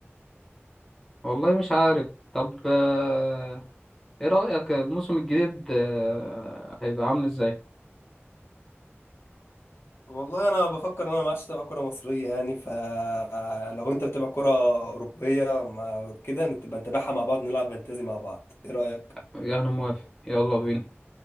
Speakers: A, in the centre; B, on the left (about 60°).
A: والله مش عارف طب آه، ايه رايك الموسم الجديد آه، هيبقى عامل ازاي
B: والله انا بفكر ان انا ما عادش اتابع كره مصريه يعني فلو انت بتتابع كره اوروبيه ما- كده نبقى نتابعها مع بعض نلعب فانتازي مع بعض ايه رايك
A: انا موافق يلا بينا